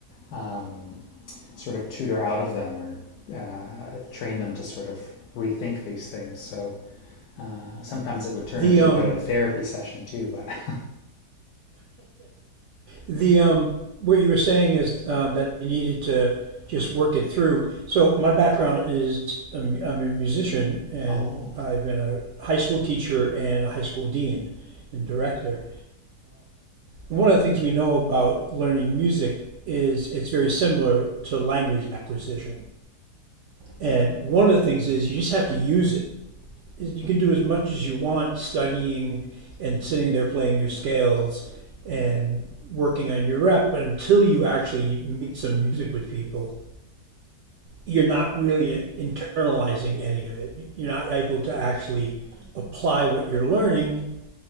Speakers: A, on the left; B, on the right.
A: um, sort of tutor out of them or uh, train them to sort of rethink these things so uh, sometimes it would turn
B: The
A: into
B: um
A: a bit of a therapy session too but <laughs>
B: the um what you were saying is uh, that they needed to just work it through. So my background is um, I'm a musician and
A: oh
B: I've been a high school teacher and a high school dean and director. And one of the things we know about learning music is it's very similar to language acquisition. And one of the things is you just have to use it you can do as much as you want studying and sitting there playing your scales and working on your rep, but until you actually make some music with people, you're not really internalizing any of it. You're not able to actually apply what you're learning.